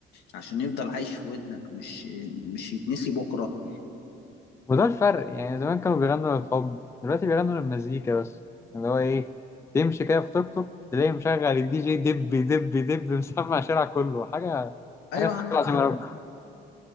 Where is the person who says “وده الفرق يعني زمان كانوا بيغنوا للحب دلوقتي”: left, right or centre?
Left